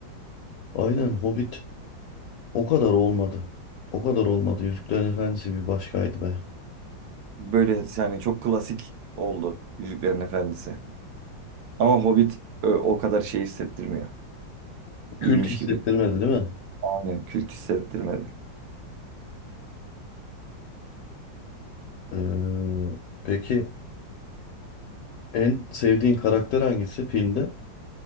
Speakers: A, on the left; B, on the right.
A: Aynen Hobbit o kadar olmadı. O kadar olmadı. Yüzüklerin Efendisi bir başkaydı be.
B: Böyle yani çok klasik oldu Yüzüklerin Efendisi. Ama Hobbit ö, o kadar şey hissettirmiyor.
A: Kült
B: İyiymiş
A: hissettirmedi
B: gibi.
A: değil mi?
B: Aynen kült hissettirmedi.
A: Ee, peki en sevdiğin karakter hangisi filmde?